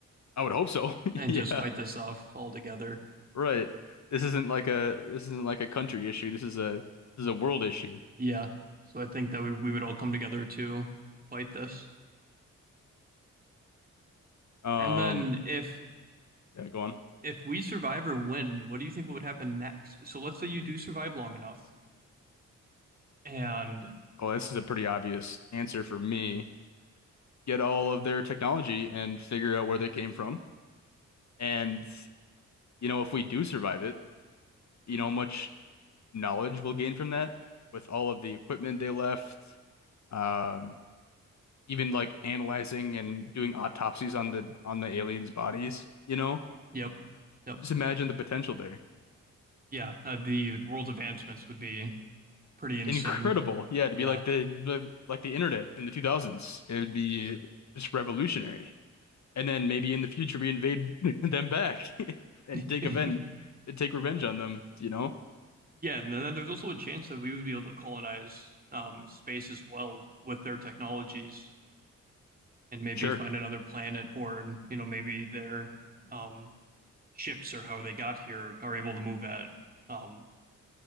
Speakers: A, on the left; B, on the right.
A: I would hope so. <laughs>
B: and
A: Yeah,
B: just fight this off all together.
A: right. This isn't like a this isn't like a country issue. This is a this is a world issue.
B: Yeah. So I think that we, we would all come together to fight this.
A: Um,
B: And then if
A: yeah, go on.
B: if we survive or win, what do you think would happen next? So let's say you do survive long enough, and
A: Well, this is a pretty obvious answer for me. Get all of their technology and figure out where they came from. And you know, if we do survive it, you know, much knowledge we'll gain from that with all of the equipment they left. Um, even like analyzing and doing autopsies on the on the aliens' bodies, you know?
B: yep, yep,
A: Just imagine the potential there.
B: yeah, uh, the world's advancements would be pretty insane.
A: Incredible. Yeah, to
B: Yeah,
A: be like the, the like the internet in the 2000s. It would be just revolutionary. And then maybe in the future we invade <laughs> them back <laughs> and
B: <laughs>
A: take
B: yeah,
A: event take revenge on them, you know?
B: yeah, and then there's also a chance that we would be able to colonize um, space as well with their technologies, and maybe
A: Sure.
B: find another planet, or you know, maybe their um, ships or how they got here are able to move at um,